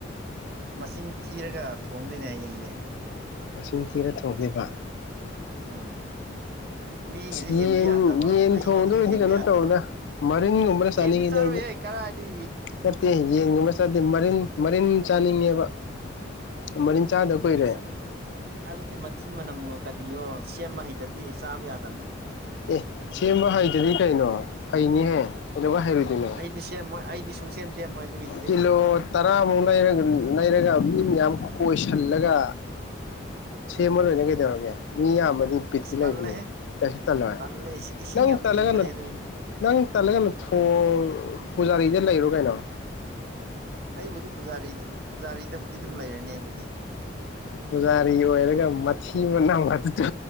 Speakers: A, on the right; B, on the left.
A: ꯃꯁꯤꯡ ꯊꯤꯔꯒ ꯊꯣꯡꯗꯣꯏꯅꯦ ꯍꯌꯦꯡꯅꯦ
B: ꯃꯁꯤꯡ ꯊꯤꯅ ꯊꯣꯛꯂꯤꯕ
A: ꯎꯝ ꯃꯤꯒꯤꯁꯨ
B: ꯌꯦꯟ
A: ꯍꯦꯟꯕ ꯌꯥꯗꯕꯣ
B: ꯌꯦꯟ
A: ꯑꯩꯉꯣꯟꯗꯁꯨ
B: ꯊꯣꯡꯗꯣꯏꯗꯤ
A: ꯍꯦꯟꯕ
B: ꯀꯩꯅꯣ
A: ꯌꯥꯗꯕ
B: ꯇꯧꯋꯦꯗ ꯃꯔꯤꯟꯒꯨꯝꯕꯅ ꯆꯥꯅꯤꯡꯉꯤꯗ
A: ꯌꯦꯟꯗꯤ ꯆꯥꯔꯨ
B: ꯑꯩꯗꯤ
A: ꯀꯔ ꯍꯥꯏꯗꯤ
B: ꯅꯠꯇꯦ ꯌꯦꯟꯒꯨꯝꯕ ꯆꯠꯇꯦ ꯃꯔꯤꯟ ꯃꯔꯤꯟ ꯆꯥꯅꯤꯡꯉꯦꯕ ꯃꯔꯤꯟ ꯆꯥꯗ ꯀꯨꯏꯔꯦ
A: ꯑꯁ ꯑ ꯑꯗꯨꯗꯦ ꯑꯗꯨ ꯅꯗꯤ ꯃꯁꯤꯤꯃꯅꯝꯒ ꯀꯔꯤꯌꯣ ꯁꯦꯝꯕ ꯍꯩꯗꯗꯤ ꯆꯥꯕ ꯌꯥꯗꯕꯅꯤ
B: ꯑꯦ ꯁꯦꯝꯕ ꯍꯩꯗꯨꯅꯤ ꯀꯩꯅꯣ ꯍꯩꯅꯤꯍꯦ ꯂ ꯍꯥꯏꯩꯔꯨꯗꯣꯏꯅꯦ
A: ꯑꯩꯗꯤ ꯁꯦꯝꯃꯣꯏ ꯑꯩꯗꯤ ꯁꯨꯡꯁꯦꯝ ꯁꯦꯝꯃꯣꯏ ꯑꯗꯨꯒꯤꯗꯨꯗꯤ
B: ꯀꯤꯂꯣ ꯇꯔꯥꯃꯨꯛ ꯂꯩ ꯂꯩꯔꯒ ꯃꯤ ꯃꯌꯥꯝ ꯀꯣꯏꯁꯤꯜꯂꯒ ꯁꯦꯝꯃ ꯂꯣꯏꯅ ꯀꯩꯗꯧꯔꯒꯦ ꯃꯤ ꯌꯥꯝꯌꯥꯝꯕ ꯕꯇꯤ
A: ꯑꯁ
B: ꯂꯩꯥꯏꯕꯨꯅ
A: ꯇꯜꯂꯦꯍꯦ
B: ꯅꯪ
A: ꯇꯜꯂꯦ ꯏꯁꯤꯡ ꯌꯥꯝ
B: ꯇꯒ
A: ꯇꯤꯡꯕꯅꯦ ꯑꯗꯨꯒꯤꯗꯣ
B: ꯅꯪ ꯇꯒꯅ ꯊ ꯄꯥ ꯔꯤꯖꯦꯟ ꯂ ꯂꯩꯔꯣ ꯀꯥꯏꯅꯣ
A: ꯑꯩꯕꯨꯗꯤ ꯄꯨꯖꯥꯔꯤꯗ ꯄꯨꯖꯥꯔꯤꯗꯕꯨꯗꯤ ꯑꯗꯨꯝ ꯂꯩꯔꯅꯤ ꯑꯩꯕꯨꯗꯤ
B: ꯄꯨꯖꯥꯔꯤ ꯑꯣꯏꯔꯒ ꯃꯊꯤ ꯃꯅꯥꯝ ꯑꯗꯨꯗ